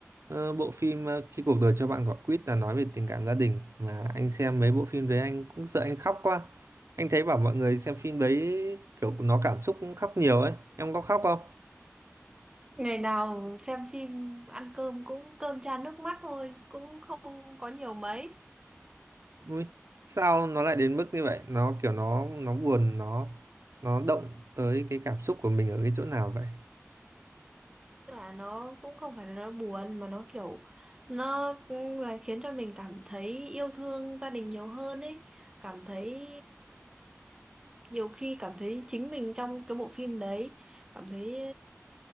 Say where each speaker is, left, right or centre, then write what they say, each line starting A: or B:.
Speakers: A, on the right (about 70°); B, on the right (about 15°).
A: ờ, bộ phim ờ, Khi cuộc đời cho bạn quả quýt là nói về tình cảm gia đình mà anh xem mấy bộ phim đấy anh cũng sợ anh khóc quá. Anh thấy bảo mọi người xem phim đấy kiểu nó cảm xúc cũng khóc nhiều ấy. Em có khóc không?
B: Ngày nào xem phim ăn cơm cũng cơm chan nước mắt thôi, cũng không có nhiều mấy.
A: Ui, sao nó lại đến mức như vậy? Nó kiểu nó nó buồn nó nó động tới cái cảm xúc của mình ở cái chỗ nào vậy?
B: tức là nó cũng không phải là nó buồn mà nó kiểu nó cũng là khiến cho mình cảm thấy yêu thương gia đình nhiều hơn ấy cảm thấy nhiều khi cảm thấy chính mình trong cái bộ phim đấy cảm thấy